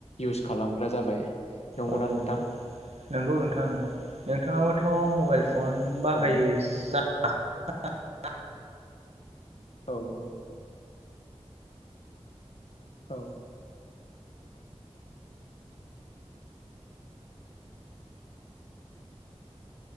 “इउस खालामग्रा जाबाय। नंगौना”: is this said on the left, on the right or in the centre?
Left